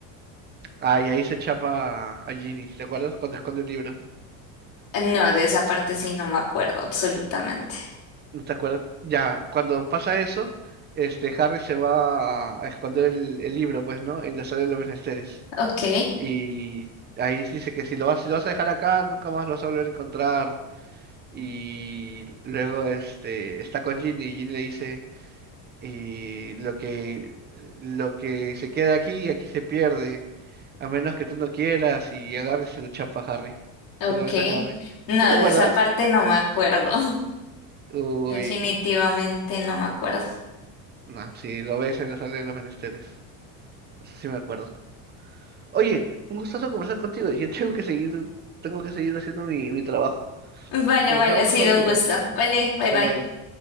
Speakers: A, on the right (about 25°); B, on the left (about 55°).
A: Ah, y ahí se chapa a Ginny, ¿te acuerdas? Cuando esconde el libro.
B: No, de esa parte sí no me acuerdo, absolutamente.
A: ¿No te acuerdas? Ya, cuando pasa eso, este Harry se va a, a esconder el, el libro, pues, ¿no? En la sala de los menesteres.
B: Ok,
A: Y ahí dice que si lo vas, si lo vas a dejar acá, nunca más lo vas a volver a encontrar. Y luego este está con Ginny y Ginny le dice y lo que lo que se queda aquí, aquí se pierde, a menos que tú no quieras, y agarre y se lo chapa a Harry.
B: ok.
A: Se lo besa a Harry.
B: No,
A: ¿No te
B: de
A: acuerdas?
B: esa parte no me acuerdo. <laughs>
A: Uy,
B: Definitivamente
A: que...
B: no me acuerdo.
A: No, sí, lo ves en la sala de los menesteres. Eso sí me acuerdo. Oye, un gustazo conversar contigo. Yo <laughs> tengo que seguir, tengo que seguir haciendo mi, mi trabajo.
B: Vale,
A: Conversamos
B: vale, ha sido
A: con esta cita.
B: un gusto. Vale, bye
A: Bye
B: bye.
A: bye.